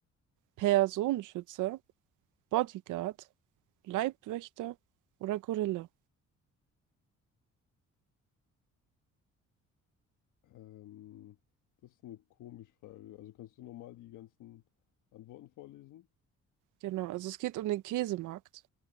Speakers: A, on the right; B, on the left.
A: Personenschützer, Bodyguard, Leibwächter oder Gorilla.
B: Ähm, das ist eine komische Frage. Also kannst du nochmal die ganzen Antworten vorlesen?
A: Genau, also es geht um den Käsemarkt.